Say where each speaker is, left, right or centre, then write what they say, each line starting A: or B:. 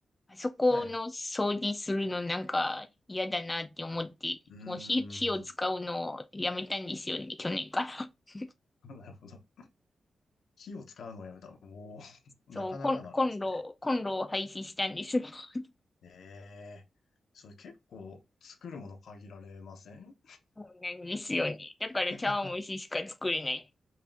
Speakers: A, on the left; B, on the left.
A: あそこの掃除するのなんか嫌だなって思って、
B: はい。うーん。
A: もう火、火を使うのをやめたんですよね、
B: <laughs>
A: 去年から。<laughs>
B: なるほど。火を使うのをやめた。おお、<laughs>
A: そう、
B: なかなかのあれですね。
A: コン、コンロ、コンロを廃止したんです。<laughs>
B: ええそれ結構作るもの限られません
A: そうなんですよね。だから茶碗蒸ししか作れない。
B: <laughs>